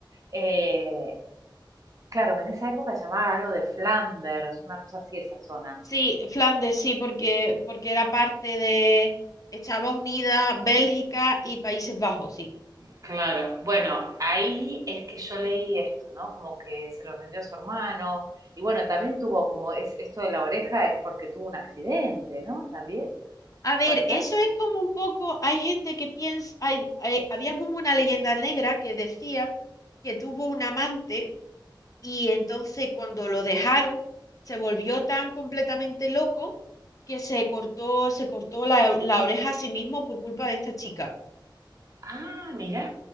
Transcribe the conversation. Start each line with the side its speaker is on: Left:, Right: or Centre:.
Right: Eh, claro, que en esa época se llamaba algo de Flanders, una cosa así, esa zona.
Left: Sí, Flandes, sí, porque, porque era parte de... Estaba unida Bélgica y Países Bajos, sí.
Right: Claro, bueno, ahí es que yo leí esto, ¿no? Como que se los vendió a su hermano. Y bueno, también tuvo como es, esto de la oreja es porque tuvo un accidente, ¿no? También,
Left: A ver,
Right: ¿puede
Left: eso
Right: ser?
Left: es como un poco, hay gente que piensa, hay, hay- había como una leyenda negra que decía que tuvo un amante y entonces cuando lo dejaron se volvió tan completamente loco que se cortó, se cortó la, la oreja a sí mismo por culpa de esta chica.
Right: Ah, mirá.